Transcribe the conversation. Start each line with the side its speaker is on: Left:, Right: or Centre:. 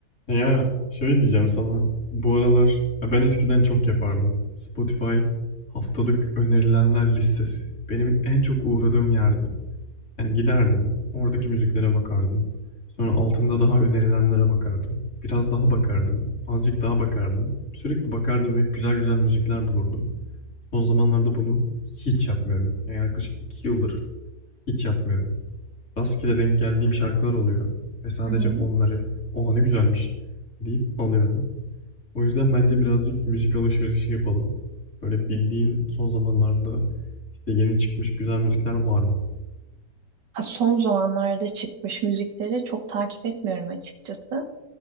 Left: Ya şöyle diyeceğim sana. Bu aralar ya ben eskiden çok yapardım. Spotify haftalık önerilenler listesi. Benim en çok uğradığım yerdi. Yani giderdim, oradaki müziklere bakardım. Sonra altında daha önerilenlere bakardım. Biraz daha bakardım, azıcık daha bakardım. Sürekli bakardım ve güzel güzel müzikler bulurdum. Son zamanlarda bunu hiç yapmıyorum. Yani yaklaşık 2 yıldır hiç yapmıyorum. Rastgele denk geldiğim şarkılar oluyor ve sadece
Right: Hı hı.
Left: onları "Oha ne güzelmiş." deyip alıyorum. O yüzden bence birazcık müzik alışverişi yapalım. Böyle bildiğin son zamanlarda, işte, yeni çıkmış güzel müzikler var mı?
Right: Ha, Son zamanlarda çıkmış müzikleri çok takip etmiyorum açıkçası.